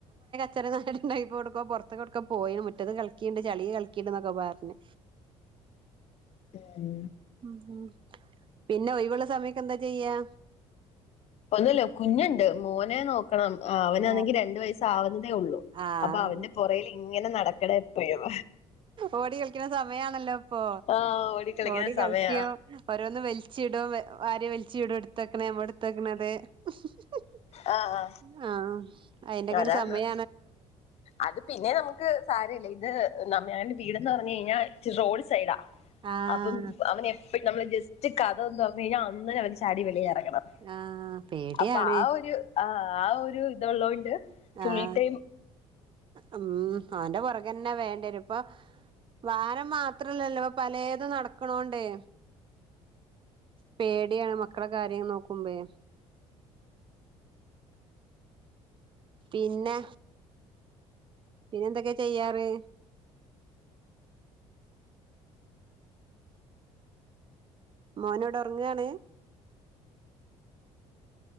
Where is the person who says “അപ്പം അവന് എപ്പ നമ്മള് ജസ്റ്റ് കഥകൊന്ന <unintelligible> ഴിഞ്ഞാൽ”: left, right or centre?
Left